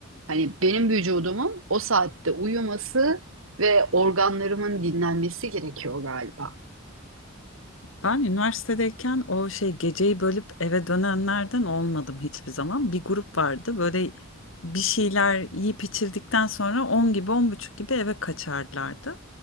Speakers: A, on the right; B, on the left.
A: Hani benim vücudumun o saatte uyuması ve organlarımın dinlenmesi gerekiyor galiba.
B: Ben üniversitedeyken o şey geceyi bölüp eve dönenlerden olmadım hiçbir zaman. Bir grup vardı böyle bir şeyler yiyip içildikten sonra 10 gibi 10 buçuk gibi eve kaçarlardı.